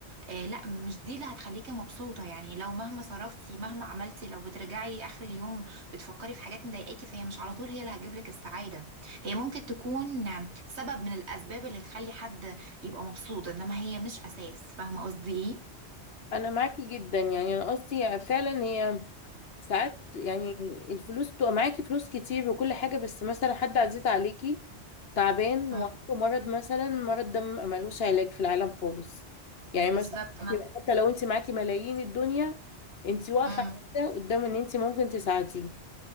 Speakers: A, on the right (about 75°); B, on the left (about 60°).
A: آه، لا مش دي اللي هتخليكي مبسوطة يعني لو مهما صرفتي مهما عملتي لو بترجعي اخر اليوم بتفكري في حاجات مضايقاكي فهي مش على طول هي اللي هتجيبلك السعادة هي ممكن تكون سبب من الاسباب اللي تخلي حد يبقى مبسوط انما هي مش اساس فاهمة قصدي ايه؟
B: انا معاكي جدا يعني انا قصدي فعلا هي ساعات يعني الفلوس تبقى معاكي فلوس كتير وكل حاجة بس مثلا حد عزيز عليكي تعبان
A: مم.
B: وعنده مرض مثلا مرض ده م- ملوش علاج في العالم خالص يعني مثلا
A: بالظبط ما
B: حتى لو انت معاكي ملايين الدنيا انت واقفة
A: مم.
B: عاجزة قدام ان انت ممكن تساعديه